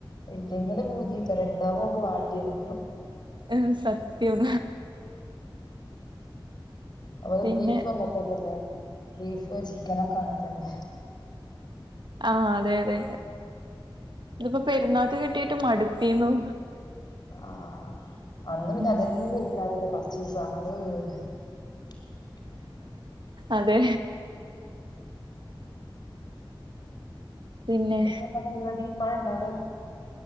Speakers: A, on the left; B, on the right.
A: ഇല്ലെങ്കില് പൂതിക്കാരം ണ്ടാവുമ്പം നമ്മുക്ക് വാണ്ടിയ രോ
B: ഉം സത്യം
A: അഹ്
B: പിന്നെ
A: ബീഫ് അങ്ങന് തന്നല്ലേ ബീ ഫോ ചി ക്കനൊക്കെഅങ്ങന്‌തന്നെ
B: ആഅതെ അതെ ഇത്പ്പോ പെരുന്നാക്ക് കിട്ടിട്ട് മടുത്തീന്നു
A: ആ അന്ന് പിന്നെ
B: ഉം
A: അതന്നെ എയ്ക്കാരല്ലേ കൊർച്ചീ സം <unintelligible>
B: അതെ പിന്നെ
A: എന്തപ്പോ വിടെ പരിപാടിമാഴ ണ്ടോ അവിടെ